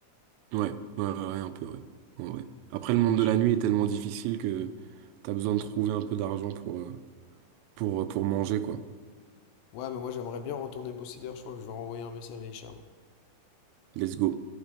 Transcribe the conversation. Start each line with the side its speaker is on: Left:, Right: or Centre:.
Right: Ouais, ouais, ouais, ouais, un peu, ouais. En vrai. Après, le monde
Left: Wesh.
Right: de la nuit est tellement difficile que t'as besoin de trouver un peu d'argent pour, euh, pour, pour manger, quoi.
Left: Ouais, mais moi j'aimerais bien retourner bosser d'ailleurs, je crois que je vais renvoyer un message à Hicham.
Right: Let's go.